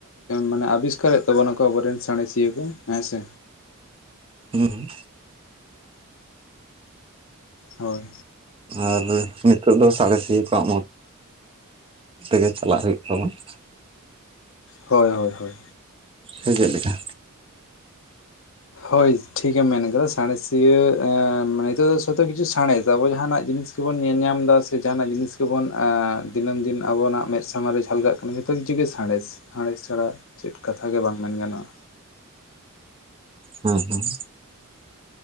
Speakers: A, on the left; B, on the right.
A: ᱢᱟᱱᱮ ᱟᱵᱤᱥᱠᱟᱨᱮᱫ ᱛᱟᱵᱚᱱᱟᱠᱚ ᱟᱵᱚᱨᱮᱱ ᱥᱟᱬᱮᱥᱤᱭᱟᱹ ᱠᱚ ᱦᱮᱸᱥᱮ
B: ᱦᱩᱸ-ᱦᱩᱸ
A: ᱦᱚᱭ
B: ᱟᱨ ᱱᱤᱛᱚᱜ ᱫᱚ ᱥᱟᱬᱮᱥᱤᱭᱟᱹ ᱠᱚᱣᱟᱜ ᱢᱚᱛᱚ ᱛᱮᱜᱮ ᱪᱟᱞᱟᱜ ᱦᱩᱭᱩᱜ ᱛᱟᱵᱚᱱᱟ
A: ᱦᱳᱭ-ᱦᱳᱭ-ᱦᱳᱭ
B: ᱪᱮᱫ ᱞᱮᱠᱟ?
A: ᱦᱳᱭ ᱴᱷᱤᱠᱮᱢ ᱢᱮᱱ ᱠᱟᱫᱟ ᱥᱟᱬᱮᱥᱤᱭᱟᱹ ᱱᱤᱛᱚᱜ ᱫᱚ ᱡᱚᱛᱚ ᱠᱤᱪᱷᱩ ᱥᱟᱬᱮᱥ ᱟᱵᱚ ᱡᱟᱦᱟᱱᱟᱜ ᱡᱤᱱᱤᱥ ᱜᱮᱵᱚᱱ ᱧᱮᱞ ᱧᱟᱢ ᱮᱫᱟ ᱥᱮ ᱡᱟᱦᱟᱱᱟᱜ ᱡᱤᱱᱤᱥ ᱜᱮᱵᱚᱱ ᱫᱤᱱᱟᱹᱢ-ᱫᱤᱱ ᱟᱵᱚᱱᱟᱜ ᱢᱮᱫ ᱥᱟᱨᱢᱟᱝ ᱨᱮ ᱡᱷᱟᱞᱠᱟᱜ ᱠᱟᱱᱟ᱾ ᱡᱚᱛᱚ ᱠᱤᱪᱷᱩ ᱜᱮ ᱥᱟᱬᱮᱥ-ᱥᱟᱬᱮᱥ ᱪᱷᱟᱲᱟ ᱪᱮᱫ ᱠᱟᱛᱷᱟ ᱜᱮ ᱵᱟᱝ ᱢᱮᱱ ᱜᱟᱱᱚᱜ-ᱟ᱾
B: ᱦᱮᱸᱻᱦᱮᱸ